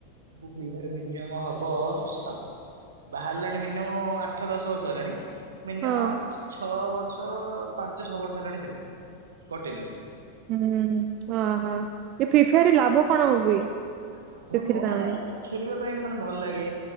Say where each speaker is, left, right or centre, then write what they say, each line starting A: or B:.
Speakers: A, on the right; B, on the right.
A: ମୁଁ ଫ୍ରିଫାୟାର ମିନିମ ହବ ତ୍ ବାହାରିଲାଣି ମିନିମମ୍ ଆଠ ଦଶ ବର୍ଷ ହେଲାଣି ମିନିମମ୍
B: ହଁ
A: ଛଅ ବର୍ଷ ପାଞ୍ଚ ଛଅ ବର୍ଷ ହେଲାଣି ଖେଲିଣୀ କଣ୍ଟିନ୍ୟୁସଲି
B: ହୁଁ ଅ ହ ଏ ଫିଫାଆର ରେ ଲାଭ କଣ ହୁଏ?
A: ଲାଭ
B: ସେଥିରେ
A: ନୁହଁ
B: ତାମାନେ
A: ମାନେ ଖେଳିବା ପାଇଁ ମାନେ ଭଲ ଲାଗେ,